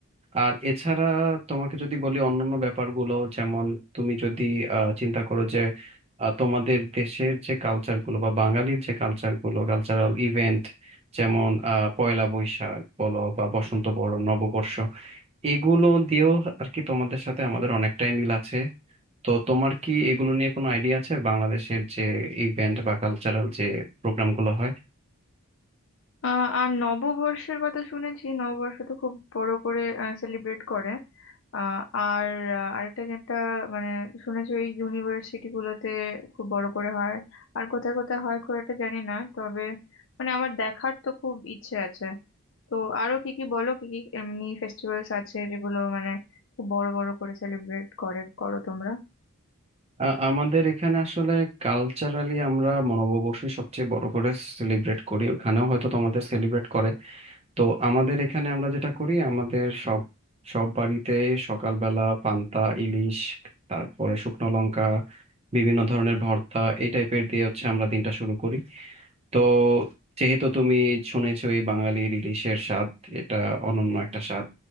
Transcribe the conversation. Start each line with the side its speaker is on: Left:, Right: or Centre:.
Right: আর এছাড়া তোমাকে যদি বলি অন্যান্য ব্যাপারগুলো যেমন তুমি যদি আহ, চিন্তা করো যে আহ, তোমাদের দেশের যে কালচারগুলো বা বাঙালির যে কালচারগুলো কালচারাল ইভেন্ট যেমন আহ, পয়লা বৈশাখ বলো বা বসন্ত বরণ নববর্ষ এগুলো দিয়েও আর কি তোমাদের সাথে আমাদের অনেকটাই মিল আছে তো তোমার কি এগুলো নিয়ে কোনো আইডিয়া আছে বাংলাদেশের যে ইভেন্ট বা কালচারাল যে প্রোগ্রামগুলো হয়
Left: আহ আর নববর্ষের কথা শুনেছি নববর্ষ তো খুব বড় করে সেলিব্রেট করে আহ আর আহ, আরেকটা যেটা মানে শুনেছি ওই ইউনিভার্সিটি গুলোতে খুব বড় করে হয় আর কোথায় কোথায় হয় খুব একটা জানি না তবে মানে আমার দেখার তো খুব ইচ্ছে আছে তো আরো কি কি বলো কি কি এমনি ফেস্টিভ্যালস আছে যেগুলো মানে খুব বড় বড় করে সেলিব্রেট করে করো তোমরা
Right: আ- আমাদের এখানে আসলে কালচারালি আমরা নববর্ষই সবচেয়ে বড় করে সেলিব্রেট করি ওখানেও হয়তো তোমাদের সেলিব্রেট করে তো আমাদের এখানে আমরা যেটা করি আমাদের সব সব বাড়িতে সকালবেলা পান্তা ইলিশ তারপরে শুকনো লঙ্কা বিভিন্ন ধরনের ভর্তা এই টাইপের দিয়ে হচ্ছে আমরা দিনটা শুরু করি তো যেহেতু তুমি শুনেছই বাঙালি ইলিশের স্বাদ এটা অনন্য একটা স্বাদ